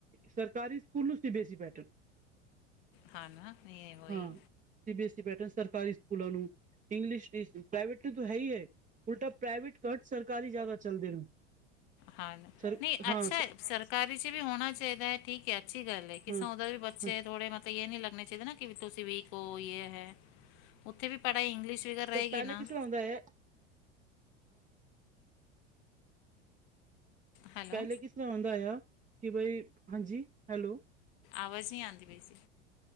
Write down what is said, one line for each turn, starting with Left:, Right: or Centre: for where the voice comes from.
Right: ਸਰਕਾਰੀ ਸਕੂਲ ਨੂ C B S E pattern.
Left: ਹਾਂ ਨਾ ਨਹੀਂ ਵਹੀ
Right: ਹਾਂ। C B S E pattern ਸਰਕਾਰੀ ਸਕੂਲਾਂ ਨੂੰ। ਇੰਗਲਿਸ਼ ਦੀ-ਪ੍ਰਾਈਵੇਟ ਤੇ, ਤੂੰ, ਹੈ। ਹੀ, ਏ। ਉਲਟਾ ਪ੍ਰਾਈਵੇਟ ਘਟ। ਸਰਕਾਰੀ ਜ਼ਿਆਦਾ ਚੱਲਦੇ ਨੇ।
Left: ਹਾਂ।
Right: ਸਰ
Left: ਨਹੀਂ,
Right: ਹਾਂ
Left: ਅੱਛਾ ਏ। ਸਰਕਾਰੀ ਚ ਵੀ ਹੋਣਾ ਚਾਹੀਦਾ ਹੈ। ਠੀਕ- ਹੈ ਅੱਛੀ ਗੱਲ ਹੈ। ਕਿ ਸੌਂਦਾ
Right: ਹਾਂ
Left: ਵੀ ਬੱਚੇ
Right: ਹਾਂ
Left: ਥੋੜੇ ਬ ਤਾਂ ਇਹ, ਨੀ ਲੱਗਣੇ ਚਾਹੀਦੇ ਨਾ, ਕਿ ਤੁਸੀਂ ਵੀ ਕਹੋ ਯੇ ਹੈ। ਉੱਥੇ ਵੀ, ਪੜਾਈ ਇੰਗਲਿਸ਼ ਵੀ ਚ ਰਹੇਗੀ
Right: ਪਰ ਪਹਿਲੇ
Left: ਨਾ।
Right: ਕਿਸ ਤਰ੍ਹਾਂ ਹੁੰਦਾ ਹੈ
Left: ਹੈਲੋ
Right: ਪਹਿਲੇ ਕੀ, ਸੁਣਾਉਣ ਦਾ, ਆਇਆ ਕਿ, ਬਾਈ ਹਾਂਜੀ, ਹੈਲੋ।
Left: ਆਵਾਜ ਨੀ ਆਂਦੀ ਪਈ ਸੀ।